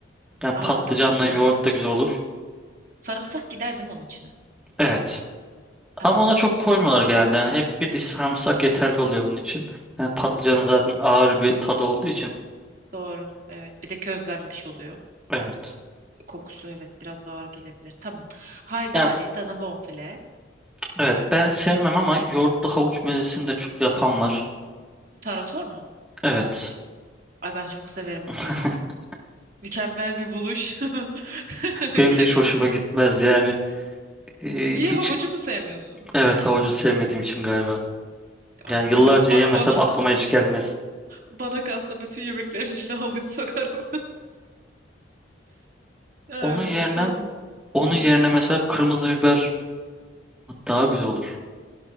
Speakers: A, in the centre; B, on the right (about 45°).
A: Yani patlıcanla
B: Aa bak o da olur.
A: yoğurt da güzel olur.
B: Sarımsak gider değil mi onun içine?
A: Evet.
B: Tamam.
A: Ama ona çok koymuyorlar genelde. Yani hep bir diş sarımsak yeterli oluyor onun için. Yani patlıcanın zaten ağır bir tadı olduğu için.
B: Doğru. Evet. Bir de közlenmiş oluyor.
A: Evet.
B: Kokusu evet biraz ağır gelebilir. Tamam. Haydari,
A: Yani
B: dana bonfile.
A: evet ben sevmem ama yoğurtlu havuç mezesini de çok yapan var.
B: Tarator mu?
A: Evet.
B: Ay ben çok severim
A: <laughs>
B: onu ya. Mükemmel bir buluş. <laughs>
A: Benim
B: Kesinlikle
A: de hiç hoşuma gitmez
B: mükemmel.
A: yani. Ee,
B: Niye
A: hiç
B: havucu mu sevmiyorsun?
A: evet havucu sevmediğim için galiba.
B: Ay
A: Yani yıllarca
B: <laughs> ba-
A: yemesem
B: bana
A: aklıma hiç gelmez.
B: bana kalsa bütün yemeklerin içine havuç sokarım. Ay,
A: Onun yerine
B: tamam.
A: onun
B: Hı
A: yerine
B: hı.
A: mesela kırmızı biber Daha güzel olur.